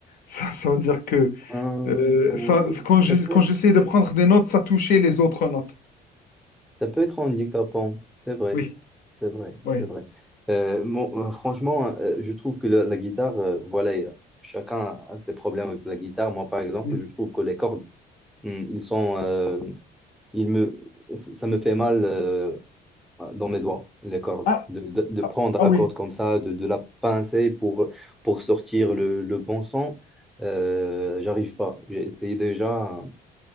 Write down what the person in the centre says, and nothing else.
Euh,
oui,
ça peut
être,
ça peut être handicapant, c'est vrai,
c'est vrai,
c'est vrai. Euh, mon- euh, franchement, euh, je trouve que la, la guitare, euh, voilà, euh, chacun a a ses problèmes avec la guitare. Moi, par exemple,
je trouve que les cordes, hum, ils sont, euh, ils me, ça ça me fait mal euh, dans mes doigts, les cordes,
de, de, de prendre
la
corde comme ça, de, de la pincer pour, pour sortir le, le bon son. Euh, j'arrive pas. J'ai essayé déjà.